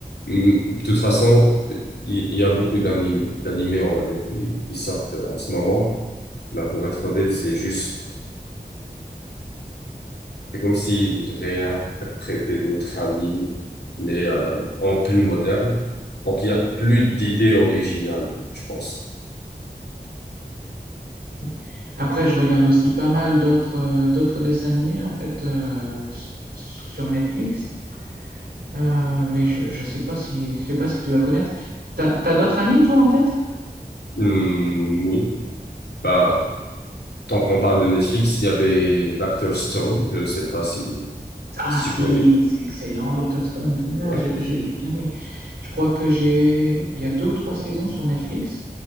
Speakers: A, on the left (about 80°); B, on the right (about 80°).
A: Hum, De toute façon, il, il y a beaucoup d'anim- d'animés, on va dire, qui, qui sortent en ce moment. Bah, pour être honnête, c'est juste C'est comme s'il réinterprétait d'autres animes, mais euh, en plus moderne. Donc, il y a plus d'idées originales, je pense.
B: tu Après, je regarde aussi pas mal d'autres euh, d'autres dessins animés en fait euh, s- sur Netflix, Euh, mais je, je sais pas si, je sais pas si tu vas connaître. T'as, t'as d'autres animes toi en tête?
A: Hmm, oui. Bah, tant qu'on parle de Netflix, il y avait Dr. Stone. Je ne sais pas si,
B: Ah
A: si
B: si,
A: tu connais.
B: c'est excellent, Dr. Stone. Non,
A: Ouais.
B: j'ai j'ai- j'ai bien aimé. Je crois que j'ai... Il y a deux ou trois saisons sur Netflix.